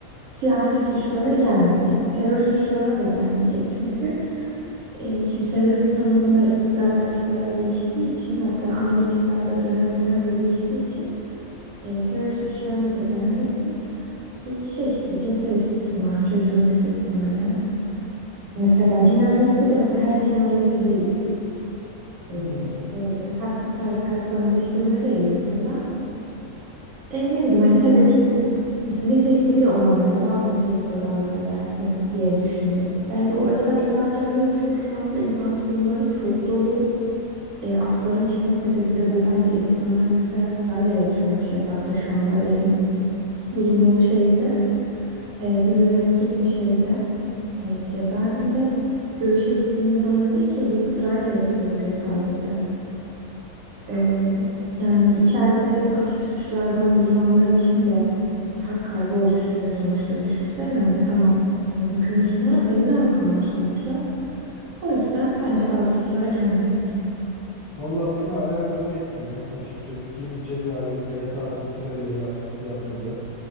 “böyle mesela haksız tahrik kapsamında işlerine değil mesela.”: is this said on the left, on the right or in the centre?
Right